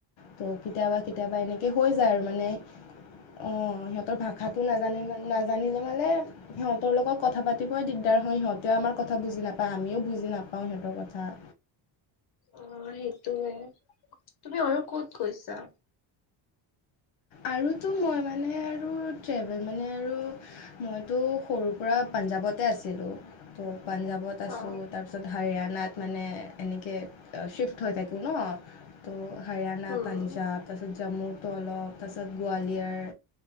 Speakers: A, on the left (about 80°); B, on the left (about 55°).
A: তো' কেতিয়াবা কেতিয়াবা এনেকে হৈ যায় আৰু মানে। অহ সিহঁতৰ ভাষাটো নাজানে নাজানিলে মানে। সিহঁতৰ লগত কথা পাতিবই দিগদাৰ হয় সিহঁতে আমাৰ বুজি নাপায় আমিও বুজি নাপাও সিহঁতৰ কথা।
B: অহ সেইটোয়ে তুমি আৰু কত গৈছা?
A: আৰুতো মই মানে আৰু ট্ৰেভেল মানে আৰু মইতু সৰুৰ পৰা পাঞ্জাৱতে আছিলোঁ তো' পাঞ্জাৱত আছোঁ
B: অ
A: তাৰপিছত হাৰিয়ানাত মানে এনেকে, চ্বিফ্ট হৈ থাকোঁ ন তঝতো' হাৰিয়ানা
B: উম
A: পাঞ্জাৱ তাৰপিছত জম্মুটো অলপ তাৰপাছত গোৱালিয়াৰ